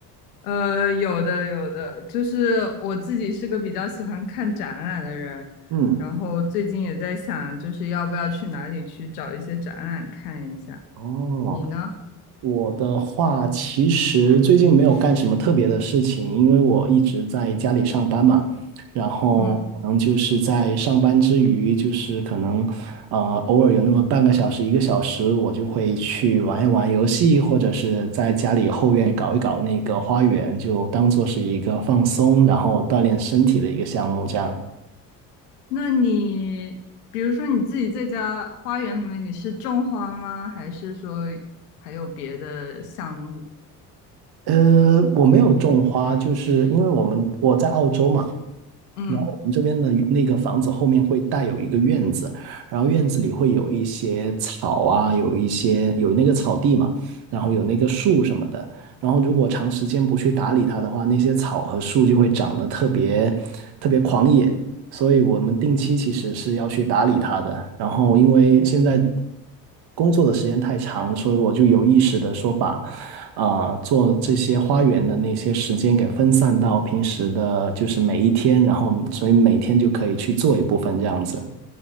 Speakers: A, on the left; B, on the right.
A: 呃，有的有的，就是我自己是个比较喜欢看展览的人，
B: 嗯，
A: 然后最近也在想，就是要不要去哪里去找一些展览看一下。
B: 哦，
A: 你呢？
B: 我的话其实最近没有干什么特别的事情，因为我一直在家里上班嘛，然后可能就是在上班之余，
A: 嗯，
B: 就是可能呃偶尔有那么半个小时、一个小时，我就会去玩一玩游戏，或者是在家里后院搞一搞那个花园，就当做是一个放松，然后锻炼身体的一个项目这样。
A: 那你比如说你自己在家花园里面，你是种花吗？还是说还有别的项目？
B: 呃，我没有种花，就是因为我们我在澳洲嘛，
A: 嗯。
B: 然后我们这边的那个房子后面会带有一个院子，然后院子里会有一些草啊，有一些有那个草地嘛，然后有那个树什么的，然后如果长时间不去打理它的话，那些草和树就会长得特别特别狂野，所以我们定期其实是要去打理它的。然后因为现在工作的时间太长，所以我就有意识的说把。啊、做这些花园的那些时间给分散到平时的，就是每一天，然后所以每天就可以去做一部分这样子。